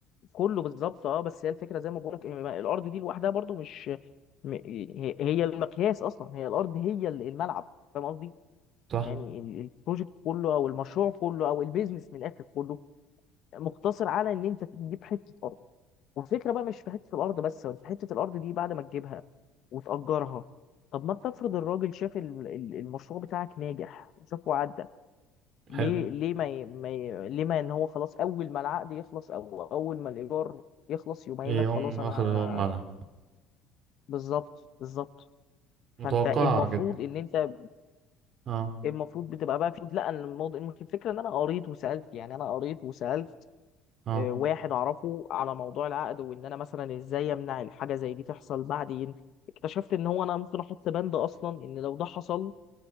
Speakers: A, on the left; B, on the right.
A: كله بالظبط اه بس هي الفكره زي ما بقول لك الارض دي لوحدها برضو مش م- هي هي المقياس اصلا هي الارض هي ال- الملعب فاهم قصدي
B: صح
A: يعني ال- البروجكت كله او المشروع كله او البيزنس من الاخر كله مقتصر على ان انت تجيب حته ارض والفكره بقى مش في حته الارض بس في حته الارض دي بعد ما تجيبها وتاجرها طب ما انت افرض الراجل شاف ال- ال- المشروع بتاعك ناجح وشافه عدى ليه
B: حلو
A: ليه ما ي... ما ي... ليه ما ان هو خلاص اول ما العقد يخلص او اول ما الايجار يخلص يقوم قايل
B: يقوم
A: لك خلاص
B: واخد
A: انا
B: هو الملعب
A: بالظبط بالظبط فانت
B: متوقعة
A: المفروض
B: جدا
A: ان انت
B: اه
A: المفروض بتبقى بقى في لا أنا الموضوع المش- الفكره ان انا قريت وسالت يعني انا قريت وسالت
B: اه
A: آه، واحد اعرفه على موضوع العقد وان انا مثلا ازاي امنع الحاجه زي دي تحصل بعدين اكتشفت ان هو انا ممكن احط بند اصلا ان لو ده حصل